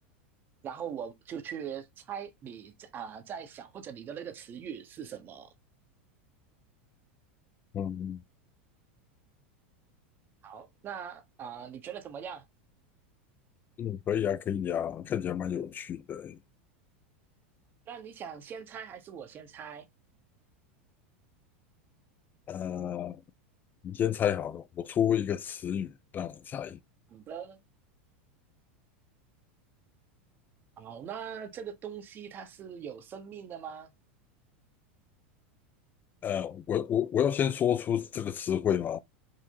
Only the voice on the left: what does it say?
嗯，
嗯，可以啊，可以啊，看起来蛮有趣的欸
呃，你先猜好了，我出一个词语让你猜。
呃，我我我要先说出这个词汇吗？